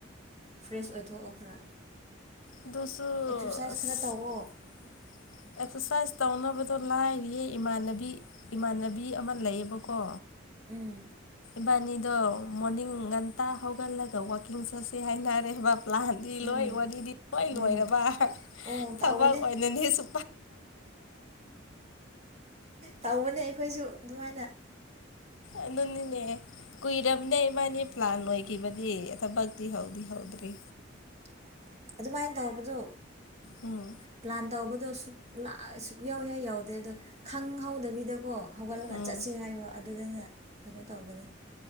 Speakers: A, on the right; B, on the left.
A: ꯐ꯭ꯔꯦꯁ ꯑꯣꯏꯊꯣꯛꯑꯣ ꯈꯔ
B: ꯣꯁꯨꯣ
A: ꯑꯦꯛꯁꯔꯁꯥꯏꯁ ꯈꯔ ꯇꯧꯋꯣ
B: ꯑꯦꯛꯁꯔꯁꯥꯏꯁ ꯇꯧꯅꯕꯗꯣ ꯂꯥꯏꯔꯤꯌꯦ ꯏꯃꯥꯟꯅꯕꯤ ꯏꯃꯥꯟꯅꯕꯤ ꯑꯃ ꯂꯩꯌꯦꯕꯀꯣ
A: ꯎꯝ
B: ꯏꯕꯥꯅꯤꯗꯣ ꯃꯣꯔꯅꯤꯡ ꯉꯟꯇꯥ ꯍꯧꯒꯠꯂꯒ ꯋꯥꯛꯀꯤꯡ ꯆꯠꯁꯦ ꯍꯥꯏꯅꯔꯦ ꯕꯞ ꯂꯥꯟꯗꯤ
A: ꯎꯝ
B: ꯂꯣꯏ ꯋꯥꯔꯤꯗꯤ ꯂꯣꯏ
A: ꯎꯝ
B: ꯂꯣꯏꯔꯕ
A: ꯎꯝ
B: ꯊꯕꯛ
A: ꯇꯧꯕꯅꯦ
B: ꯑꯣꯏꯅꯅꯤ ꯁ
A: ꯇꯧꯕꯅꯦ ꯑꯩꯈꯣꯏꯁꯨ ꯑꯗꯨꯃꯥꯏꯅ
B: ꯑꯗꯨꯅꯤꯅꯦ ꯀꯨꯏꯔꯕꯅꯦ ꯏꯃꯥꯅꯤ ꯄ꯭ꯂꯥꯟ ꯂꯣꯏꯈꯤꯕꯗꯤ ꯊꯕꯛꯇꯤ ꯍꯧꯗꯤ ꯍꯧꯗ꯭ꯔꯤ
A: <inaudible> ꯑꯗꯨꯃꯥꯏꯅ ꯇꯧꯕꯗꯣ
B: ꯎꯝ
A: ꯄ꯭ꯂꯥꯟ ꯇꯧꯕꯗꯣ ꯑꯛ ꯂꯥꯛ ꯑꯁꯨꯛ ꯌꯥꯎꯏ ꯌꯥꯎꯗꯦ ꯑꯗꯣ ꯈꯪꯍꯧꯗꯕꯤꯗꯀꯣ ꯍꯧꯒꯠꯂꯒ
B: ꯎꯝ
A: ꯆꯠꯁꯤ ꯍꯥꯏꯕ ꯑꯗꯨꯗꯅ ꯀꯩꯅꯣ ꯇꯧꯕꯅꯤ